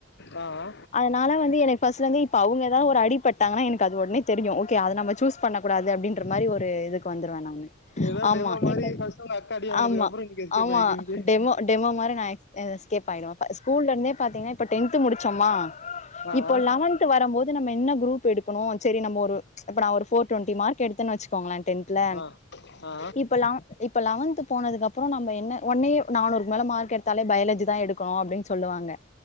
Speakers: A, on the left; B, on the left.
A: ஆ ஆ.
B: அதனால வந்து எனக் ஃபஸ்ட்லருந்து இப்ப அவுங்க ‌எதா ஒரு அடி பட்டாங்கனா எனக்கு அது ஒட்னே தெருஞ்சுரு ஓகேயா அத நம்ம சூஸ் பண்ண கூடாது அப்டின் ற மாரி ஒரு இதுக்கு வந்துருவே நானு
A: ஏதோ
B: ஆமா
A: டெமோ மாதிரி
B: இப்ப
A: ஃபர்ஸ்ட் உங்க அக்கா அடி வாங்கினதுக்கு
B: ஆமா
A: அப்புறம் இன்னைக்கு எஸ்கேப்
B: ஆமா
A: ஆயிக்கிங்க
B: டெமோ டெமோ மாரி நா எஸ் அ எஸ்கேப் ஆயிருவே ஃப ஸ்கூல்லருந்தே பாத்திங்னா இப்ப டென்த்து‌ முடி தம்மா
A: ஆ
B: இப்போ
A: ஆ
B: லவன்த்து வரம்போது நம்ம என்ன குரூப் எடுக்கணு செரி நம்ப ஒரு இப்ப நா ஒரு ஃபோர் ட்வெண்ட்டி மார்க் எடுத்தன் வச் கோங்களே டென்த்ல
A: ஆ ஆ
B: இப்ப லவ் இப்ப லவன்த்து போனதுக்கப்றோ நம்ப என்ன ஒன்னே நானூருக்கு மேல மார்க் எடுத்தாலே பயாலஜி தா எடுக்கணு அப்டின் சொல்லுவாங்க